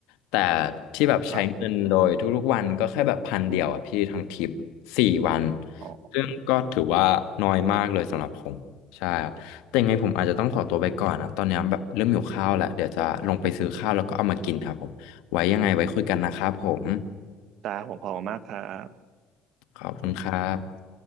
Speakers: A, on the left; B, on the right.
A: แต่ที่แบบใช้เงินโดยทุกๆวันก็แค่แบบพันเดียวอะพี่ทั้งทริปสี่วัน
B: ครับอ๋อ
A: ซึ่งก็ถือว่าน้อยมากเลยสำหรับผมใช่ครับแต่ยังไงผมอาจจะต้องขอตัวไปก่อนนะตอนนี้แบบเริ่มหิวข้าวแล้วเดี๋ยวจะลงไปซื้อข้าวแล้วก็เอามากินครับผม ไว้ยังไงไว้คุยกันนะครับผม
B: แต่ผมขอบคุณมากครับ
A: ขอบคุณครับ